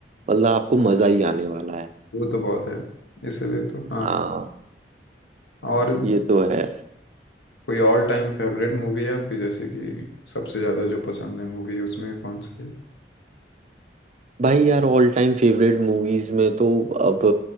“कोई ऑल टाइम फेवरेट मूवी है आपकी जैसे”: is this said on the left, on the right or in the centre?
Left